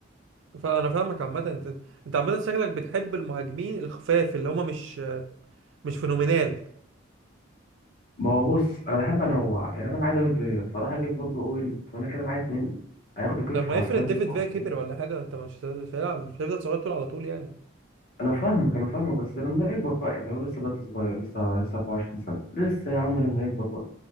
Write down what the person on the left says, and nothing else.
ما هو بص انا بحب انوع يعني انا معايا دافيد فيا فراح اجيب برضو اوين وانا كده معايا اتنين هياخدوا كتف
حرفيا
يقعوا
فاهم؟
انا فاهمك انا فاهمك بس لما يكبر بقى يعني هو لسه دلوقتي صغير لسه لسه 24 سنه لسه يا عم لما يكبر بقى